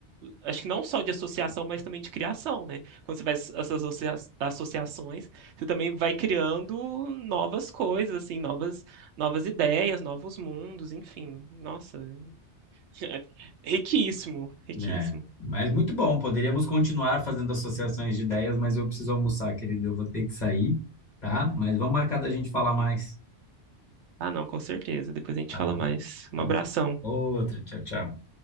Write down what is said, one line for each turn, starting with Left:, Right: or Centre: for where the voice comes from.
Right: acho que não só de associação, mas também de criação, né? Quando você faz essas associa- associações, você também vai criando novas coisas, assim, novas, novas ideias, novos mundos, enfim. Nossa, <laughs> riquíssimo, riquíssimo.
Left: É, mas muito bom. Poderíamos continuar fazendo associações de ideias, mas eu preciso almoçar, querido. Eu vou ter que sair, tá? Mas vamos marcar da gente falar mais.
Right: Ah, não, com certeza. Depois a gente
Left: Tá
Right: fala
Left: bom?
Right: mais.
Left: Então,
Right: Um abração.
Left: outra. Tchau, tchau.